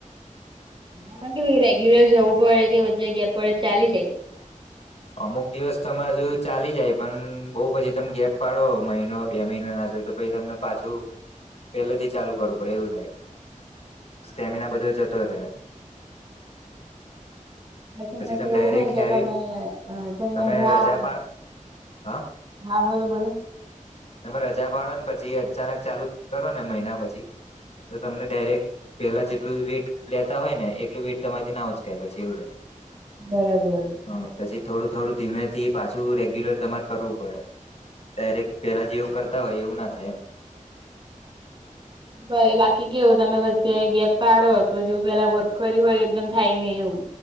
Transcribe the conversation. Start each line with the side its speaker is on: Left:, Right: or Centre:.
Right: એમાં કેવું રેગ્યુલર જવું પડે કે વચ્ચે ગેપ પડે તો ચાલી જાય.
Left: અમુક દિવસ તો અમે હજુ ચાલી જાય પણ બઉુ પછી તમે ગેપ પાડો મહિનો બે મહિના ના જો પછી તમને પાછું પહેલેથી ચાલુ કરવું પડે એવું થાય. સ્ટેમિના બધો જતો રહે.
Right: પછી મને
Left: તમે
Right: તો એવું
Left: ડાયરેક્ટ
Right: હોય કે
Left: હેવી
Right: તમે અહ્યા ત્યાં
Left: તમે
Right: જાઓ
Left: રજા પા હા
Right: હા બોલો-બોલો.
Left: તમે રજા પાડો ને પછી એ અચાનક ચાલુ કરો ને મહિના પછી તો તમને ડાયરેક્ટ પેલા જેટલું વેટ લેતા હોય ને એટલું વેટ તમારીથી ના ઊંચકાય પછી એવું થાય.
Right: બરાબર.
Left: હ પછી થોડું-થોડું ધીમેથી પાછું રેગ્યુલર તમારે કરવું પડે ડાઇર પહેલાં જેવું કરતા હોય એવું ના થાય એમ. <inaudible>
Right: બાકી કેવું તમે વચ્ચે ગેપ પડો તો જેવું પેલા વર્ક કર્યું હોય એકદમ થાય નહી એવું.